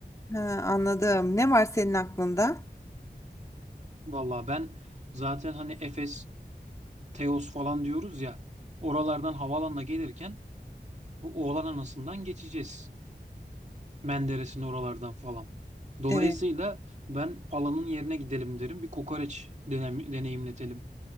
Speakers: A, on the left; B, on the right.
A: ha, anladım. Ne var senin aklında?
B: Vallahi ben zaten hani Efes, Teos falan diyoruz ya. Oralardan havalanına gelirken bu Oğlan Anası'ndan geçeceğiz. Menderes'in oralardan falan. Dolayısıyla
A: Evet.
B: ben Pala'nın yerine gidelim derim. Bir kokoreç denem- deneyimletelim.